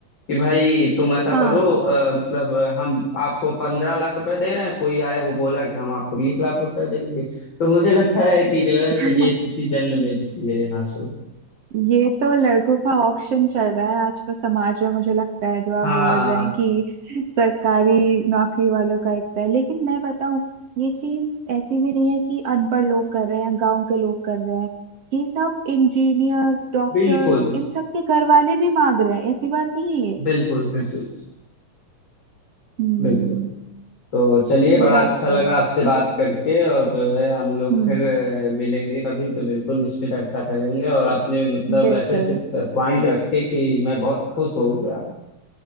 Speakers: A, on the left; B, on the right.
A: कि भाई तुम ऐसा
B: हाँ
A: करो अ, मतलब अ, हम आपको पंद्रह लाख रुपए दे रहे हैं कोई आया वो बोला कि हम आपको बीस लाख रुपए देंगे तो मुझे लगता है कि जो है
B: <laughs>
A: फिर ये स्थिति जन्म ले लेती है यहाँ से
B: ये तो लड़कों का ऑक्शन चल रहा है आजकल समाज में मुझे लगता है जो
A: हाँ
B: आप बोल रहे हैं कि सरकारी नौकरी वालों का इतना है लेकिन मैं बताऊं ये चीज ऐसी भी नहीं है कि अनपढ़ लोग कर रहे हैं गांव के लोग कर रहे हैं ये सब इंजीनियर्स डॉक्टर्स
A: बिल्कुल
B: इन सब के घर वाले भी मांग रहे हैं ऐसी बात नहीं है ये
A: बिल्कुल बिल्कुल
B: हम्म
A: बिल्कुल तो चलिए बड़ा
B: ये बात
A: अच्छा
B: तो
A: लगा
B: है
A: आपसे बात करके और जो है हम लोग
B: हम्म
A: फिर अ, मिलेंगे कभी तो बिल्कुल इस पे चर्चा करेंगे और आपने मतलब
B: बिल्कुल
A: ऐसे ऐसे पॉइंट रखे कि मैं बहुत खुश हो गया